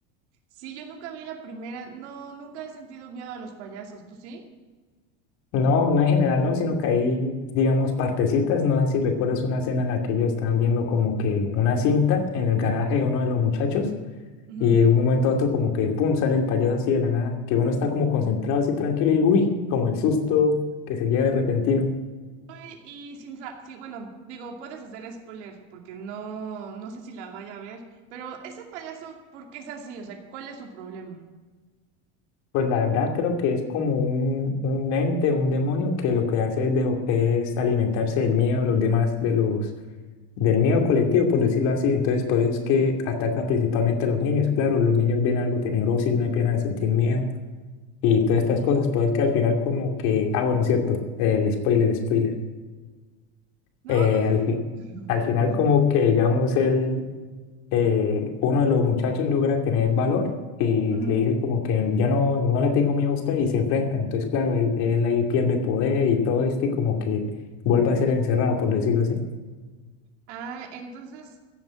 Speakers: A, on the right; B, on the left.
A: Sí, yo nunca vi la primera, no, nunca he sentido miedo a los payasos, ¿tú sí?
B: No, no en general, no, sino que hay, digamos, partecitas. No sé si recuerdas una escena en la que ellos estaban viendo como que una cinta en el garaje de uno de los muchachos
A: Ujú.
B: y de un momento a otro como que, pum, sale el payaso así de la nada, que uno está como concentrado así tranquilo y, uy, como el susto que se lleva de repentino.
A: Oye, Y sin, sa- sí, bueno, digo, puedes hacer spoiler porque no, no sé si la vaya a ver, pero ese payaso, ¿por qué es así? O sea, ¿cuál es su problema?
B: Pues la verdad creo que es como un, un ente, un demonio que lo que hace es, de- es alimentarse del miedo de los demás, de los, del miedo colectivo, por decirlo así. Entonces, por eso es que ataca principalmente a los niños. Claro, los niños ven algo tenebroso y uno empieza a sentir miedo y todas estas
A: Ujú.
B: cosas. Pues que al final como que, ah, bueno, es cierto, el spoiler, spoiler.
A: No,
B: Eh,
A: tú di.
B: al fi-
A: <laughs>
B: al final como que, digamos, él eh, uno de los muchachos logra tener valor y
A: Ujú. Mm.
B: le dice como que ya no, no le tengo miedo a usted y se enfrenta. Entonces, claro, él, él ahí pierde poder y todo esto y como que vuelve a ser encerrado, por decirlo así.
A: Ah, entonces